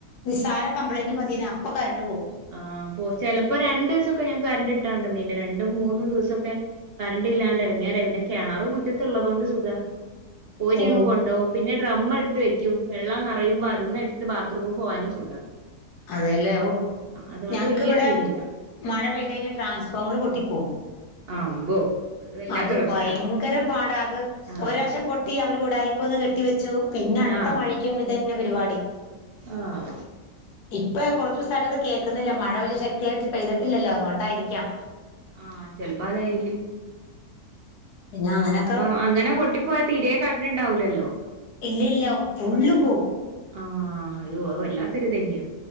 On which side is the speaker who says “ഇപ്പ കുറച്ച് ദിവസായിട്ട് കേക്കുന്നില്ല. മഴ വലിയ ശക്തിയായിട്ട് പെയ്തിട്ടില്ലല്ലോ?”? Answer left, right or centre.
Left